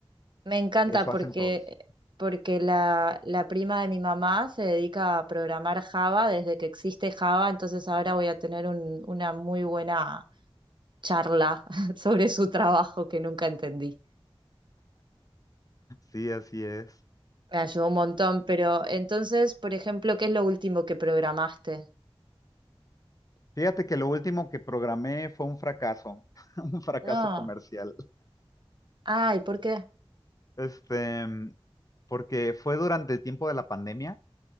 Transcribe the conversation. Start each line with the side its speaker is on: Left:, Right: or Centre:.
Right: Me encanta
Left: Eso
Right: porque,
Left: hacen todos.
Right: porque la, la prima de mi mamá se dedica a programar Java desde que existe Java, entonces ahora voy a tener un- una muy buena charla <laughs> sobre su trabajo que nunca entendí.
Left: Sí, así es.
Right: Me ayudó un montón, pero entonces, por ejemplo, ¿qué es lo último que programaste?
Left: Fíjate que lo último que programé fue un fracaso, <laughs> un fracaso
Right: No.
Left: comercial.
Right: Ay, ¿por qué?
Left: Este, mm, porque fue durante el tiempo de la pandemia,